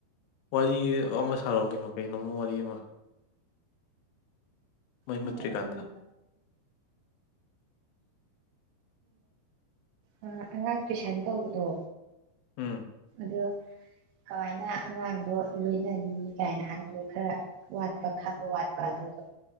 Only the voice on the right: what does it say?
ꯎꯝ ꯎꯝ ꯑꯉꯥꯡ ꯇꯨꯏꯁꯟ ꯇꯧꯕꯗꯣ
ꯑꯗꯨ ꯀꯃꯥꯏꯅ ꯑꯉꯥꯡꯗꯣ ꯂꯣꯏꯅꯅꯤ ꯀꯥꯏꯅ ꯍꯥꯏꯕꯗꯣ ꯈꯔ ꯋꯥꯠꯄ ꯈꯪꯕ ꯋꯥꯠꯄ ꯑꯗꯨꯗꯣ